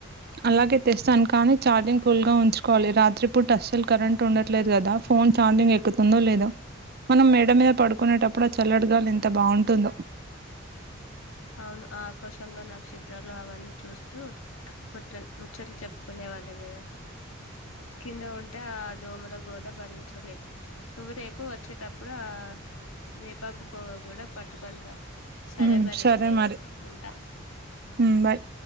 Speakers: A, on the right (about 50°); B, on the left (about 80°).
A: అలాగే తెస్తాను కానీ ఛార్జింగ్ ఫుల్గా ఉంచుకోవాలి రాత్రి పూట అస్సలు కరెంట్ ఉండట్లేదు కదా ఫోన్ ఛార్జింగ్ ఎక్కుతుందో లేదో మనం మేడ మీద పడుకునేటప్పుడు ఆ చల్లటిగాలి ఎంత బాగుంటుందో
B: అవును ఆకాశ్ లో నక్షత్రాలు అవన్నీ చూస్తూ ముట్ట ముచ్చట్లు చెప్పుకునే వాళ్ళం కదా కింద ఉంటే ఆ దోమల గోల భరించలేం నువ్వు రేపు వచ్చేటప్పుడు వేపాకు పోగ కూడా పట్టుకొని ర సరే
A: ఉమ్
B: మరి
A: సరే
B: ఇక నేను
A: మరి
B: ఉంటా
A: ఉమ్ బాయ్